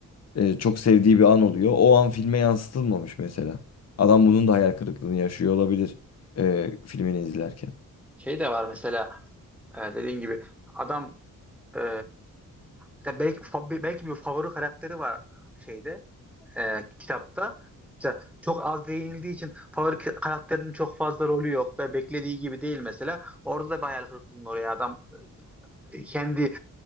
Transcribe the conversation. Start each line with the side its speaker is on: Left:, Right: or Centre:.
Left: E, çok sevdiği bir an oluyor. O an filme yansıtılmamış mesela. Adam bunun da hayal kırıklığını yaşıyor olabilir e, filmini izlerken.
Centre: Şey de var mesela e, dediğin gibi adam e, mesela belki fa- belki bir favori karakteri var şeyde e, kitapta. Mesela çok az değinildiği için favori karakterinin çok fazla rolü yok ve beklediği gibi değil mesela. Orada da bir hayal kırıklığına uğruyor adam E, kendi